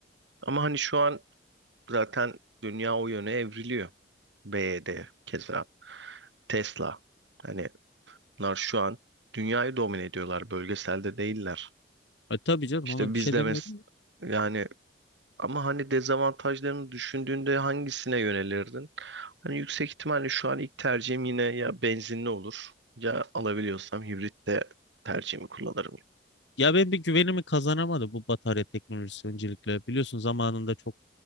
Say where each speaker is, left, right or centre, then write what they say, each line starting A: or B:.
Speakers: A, on the right (about 80°); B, on the left (about 85°).
A: Ama hani şu an zaten dünya o yöne evriliyor. B Y D keza Tesla. Hani bunlar şu an dünyayı domine ediyorlar, bölgeselde değiller.
B: E, tabii canım
A: İşte
B: ona bir
A: biz
B: şey
A: de
B: demiyorum.
A: mes yani ama hani dezavantajlarını düşündüğünde hangisine yönelirdin? Hani yüksek ihtimalle şu an ilk tercihim yine ya benzinli olur ya alabiliyorsam hibrit de tercihimi kullanırım.
B: Ya ben bir güvenimi kazanamadı bu batarya teknolojisi öncelikle. Biliyorsun zamanında çok